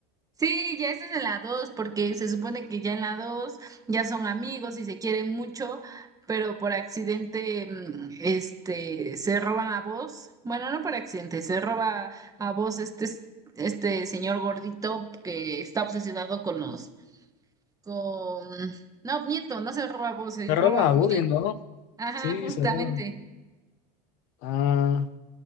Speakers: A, on the right; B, on the left.
A: Sí, ya esa es en la 2 porque se supone que ya en la 2 ya son amigos y se quieren mucho, pero por accidente mm, este se roban a vos. Bueno, no por accidente, se roba a vos este este señor gordito que está obsesionado con los con... No, miento, no se roba Buzz, se
B: Se
A: roba
B: roba a
A: Woody.
B: Woody, ¿no?
A: Ajá,
B: Sí,
A: justamente.
B: se roban. Ah,